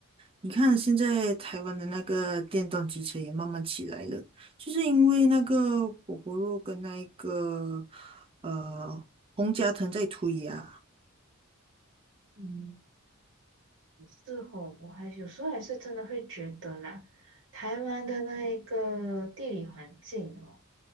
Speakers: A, on the right; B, on the right.
A: 你看现在台湾的那个电动机车也慢慢起来了，就是因为那个果果肉跟那个呃洪家腾在推呀、
B: 嗯，是哦，我还有时候还是真的会觉得啦，台湾的那一个地理环境哦。